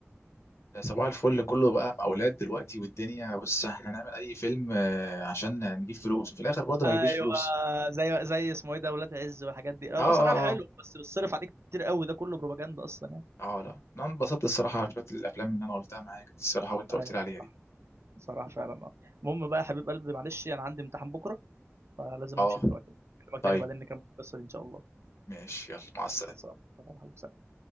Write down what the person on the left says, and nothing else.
ده صباح الفل كله بقى اولاد دلوقتي والدنيا بص احنا هنعمل اي فيلم آه، عشان نجيب فلوس في الاخر برضه
ما يجيبش فلوس
اه اه
آه.
اه لا انا انبسطت الصراحه شويه الافلام اللي انا قلتها معاك دي الصراحه وانت
قلت لي عليها
دي
اه
طيب
ماشي يلا مع السلامه